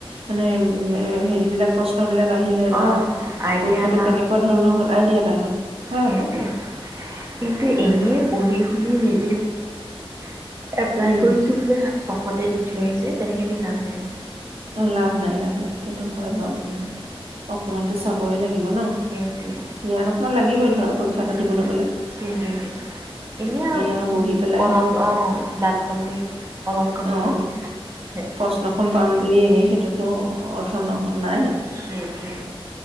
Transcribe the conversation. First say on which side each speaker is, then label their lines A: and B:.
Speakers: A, on the right; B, on the right.
A: মানে
B: সেইটোৱে,
A: হেৰিবিলাক প্ৰশ্ন বিলাক আহিলে বা
B: অ', আইডিয়া
A: পৰীক্ষাটো
B: এটা
A: কেনেকোৱা ধৰণৰ হ'ল আইডিয়া এটা হয় হয়
B: সেইটোৱে
A: আকৌ
B: কিন্তু এনে পঢ়ি ওমহ বিপ এপ্লাই
A: উম
B: কৰিছো বোলে চখতে দি ধইছে তেনেকেদি লাভ নাই ল
A: অ লাভ নাই লাভ নাই সেইটো টো হয় বাও
B: উম,
A: অকণমানতো চাবই লাগিব ন
B: সেইটোৱে উম
A: জ্ঞান অকমান লাগিবই ধৰা পৰীক্ষা এটা দিবলৈ গ'লে
B: সেইটোৱে সেইটোৱে এনেই আও
A: আৰু বহি পেলাই
B: কলম আহ দাঁত কামি কলম কামি
A: অ
B: বহি থাক
A: প্ৰশ্নখন পাম বুলি এনেই সেইটোত টো অৰ্থ নাই
B: সেইটোৱে